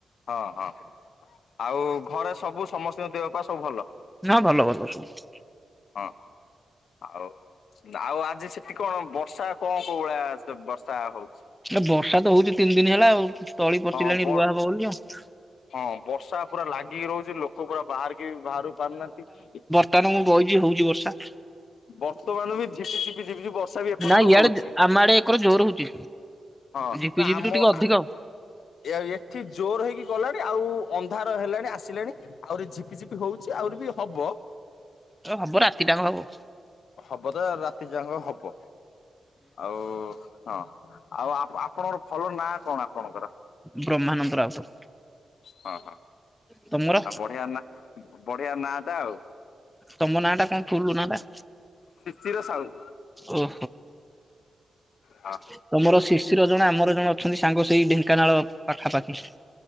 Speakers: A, on the left (about 75°); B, in the centre.
A: ହଁ ହଁ ଆଉ ଘରେ ସବୁ ସମସ୍ତିଙ୍କ ଦେହ ପା ସବୁ ଭଲ।
B: ନା ଭଲ ଭଲ ସବୁ।
A: ହଁ। ଆଉ ଆଉ ଆଜି ସେଠି କଣ ବର୍ଷା କଁ କଣ କୋଉ ଭଳିଆ ବର୍ଷା ହଉଛି?
B: ଏ ବର୍ଷା ତ ହଉଛି ତିନି ଦିନି ହେଲା ଆଉ ତଳି ପଚିଲାଣି
A: ହଁ ବ
B: ରୁଆ ହବ ବୋଲି ଆଉ।
A: ହଁ ବର୍ଷା ପୁରା ଲାଗିକି ରହୁଛି ଲୋକ ପୁରା ବାହାରିକି ବାହାରୁ ପାରୁନାହାନ୍ତି।
B: କାରଣ ମୁଁ ବଇଛି ହଉଛି ବର୍ଷା।
A: ବର୍ତ୍ତମାନ ବି ଝିପି ଝିପି ଝିପିଝିପି ବର୍ଷା ବି ଏପର୍ଯ୍ୟନ୍ତ
B: ନା ଇଆଡେ
A: ହଉଛି।
B: ଆମ ଆଡେ ଏକର ଜୋର ହଉଛି।
A: ହଁ
B: ଝିପି
A: ନା
B: ଝିପିଠୁ
A: ଆମ
B: ଟିକେ ଅଧିକ
A: ଆ ଏଆରେ ବି ଏଠି ଜୋର ହେଇକି ଗଲାଣି ଆଉ ଅନ୍ଧାର ହେଲାଣି ଆସିଲାଣି। ଆହୁରି ଝିପି ଝିପି ହଉଛିି ଆହୁରି ବି ହବ।
B: ଏବେ ହବ ରାତି ଟାଙ୍କ ହବ।
A: ହବ ତ ରାତି ଯାକ ହବ ଆଉ ହଁ ଆଉ ଆ ଆପଣଙ୍କର ଭଲ ନାଁ କଣ ଆପଣଙ୍କର?
B: ବ୍ରହ୍ମାନନ୍ଦ ରାଉତ।
A: ହଁ ହଁ
B: ତମର
A: ଆଉ ବଢିଆ ନା ବଢିଆ ନାଟା ଆଉ
B: ତମ ନାଁଟା କଣ ଫୁଲ୍ ନାଁଟା।
A: ବିପିର ସାହୁ।
B: ଓହୋ।
A: ହଁ
B: ତମର ଶିଶିର ଜଣେ ଆମର ଜଣେ ଅଛନ୍ତି ସାଙ୍ଗ ସେଇ ଢେଙ୍କାନାଳ ପାଖାପାଖି।